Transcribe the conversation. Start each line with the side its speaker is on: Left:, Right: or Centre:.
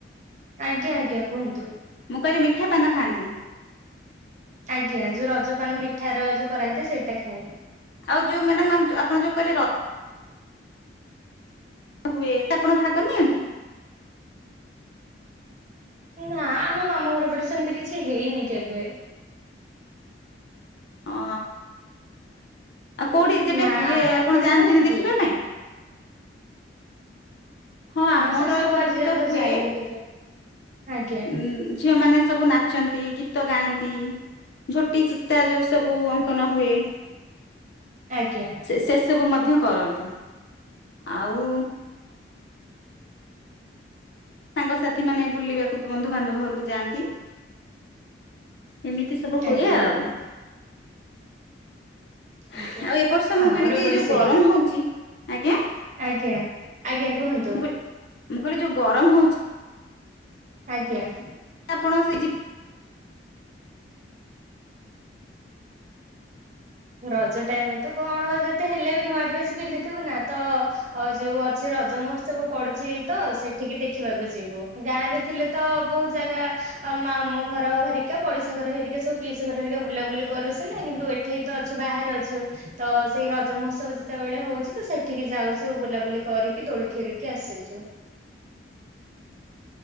Right: ଆଜ୍ଞା ଆଜ୍ଞା କୁହନ୍ତୁ।
Left: ମୁଁ କହିଲି ମିଠା ପାନ ଖାଆନ୍ତି।
Right: ଆଜ୍ଞା ଯୋଉ ରଜପାନ ମିଠା ର ଯୋଉ କରା ହେଇଥାଏ ସେଇଟା ଖାଏ।
Left: ଆଉ ଯୋଉ ମ୍ୟାଡାମ ଆପଣ ଯୋଉ କହିଲେ ର ହୁଏ ଆପଣ ଭାଗ ନିଅନ୍ତି?
Right: ନା ଆମ ମାମୁଁ ଘର ପଟେ ସେମିତି କିଛି ହେଇନି କେବେ।
Left: ଓହ ଆଉ କୋଉଠି ଯେବେ
Right: ନା
Left: ହୁଏ
Right: ଆପଣଙ୍କ
Left: ଆପଣ
Right: ପଟେ
Left: ଯାଆନ୍ତିନି
Right: ହୁଏ କି?
Left: ଦେଖିବା ପାଇଁ? ହଁ
Right: ନା
Left: ଆମର
Right: ସେ ସବୁ
Left: ଏପଟ
Right: ଆଜି
Left: ରେ ବି
Right: ଯାଏ
Left: ତ ହୁଏ।
Right: ଯାଇନି କେବେ ଆଜ୍ଞା
Left: ଉଁ ଝିଅ ମାନ ସବୁ ନାଚନ୍ତି ଗୀତ ଗାଆନ୍ତି ଝୋଟି ଚିତା ଯଉ ସବୁ ଅ ଙ୍କନ ହୁଏ
Right: ଆଜ୍ଞା
Left: ସେ ସେ ସବୁ ମଧ୍ୟ କର ନ୍ତି। ଆଉ ସାଙ୍ଗସାଥି ମାନେ ବୁଲିବାକୁ ବନ୍ଧୁ ବାନ୍ଧବ ଘରକୁ ଯାଆନ୍ତି। ଏମିତି ସବୁ ହୁଏ
Right: ଆଜ୍ଞା
Left: ଆଉ। ଆଉ
Right: ଆଜ୍ଞା।
Left: ଏ ବର୍ଷ ମୁଁ
Right: ଆମର
Left: କହିଲି କି
Right: ଏପଟେ
Left: ଯୋଉ
Right: ସେଇ
Left: ଗରମ ହଉଚି। ଆଜ୍ଞା
Right: ଆଜ୍ଞା ଆଜ୍ଞା କୁହନ୍ତୁ।
Left: ମୁଁ କହିଲି ମୁଁ କହିଲି ଯୋଉ ଗରମ ହଉଚି
Right: ଆଜ୍ଞା।
Left: ଆପଣ ସେ ଯିବ
Right: ରଜ ଟାଇମ ରେ ତ କଣ ଯେତେ ହେଲେ ବି ନୂଆ ଡ୍ରେସ ପିନ୍ଧିଥିବୁ ନା ତ ଅ ଯୋଉ ଅଛି ରଜ ମହୋତ୍ସବ ପଡୁଚି ତ ସେଠିକି ଦେଖିବାକୁ ଯିବୁ। ଗାଁ ରେ ଥିଲେ ତ ବହୁତ ଜାଗା ଅ ମାମୁଁ ଘର ହେରିକା ପଡିଶା ଘର ହେରିକା ସବୁ ପିଇସି ଘର ହେରିକା ବୁଲାବୁଲି କରୁ ସିନା କିନ୍ତୁ ଏଠେଇ ତ ଅଛୁ ବାହାରେ ଅଛୁ। ତ ସେଇ ରଜ ମହୋତ୍ସବ ଯେତେବେଳେ ହଉଚି ତ ସେଠିକି ଯାଉଚୁ ବୁଲାବୁଲି କରିକି ଦୋଳି ଖେଳିକି ଆସିଚୁ।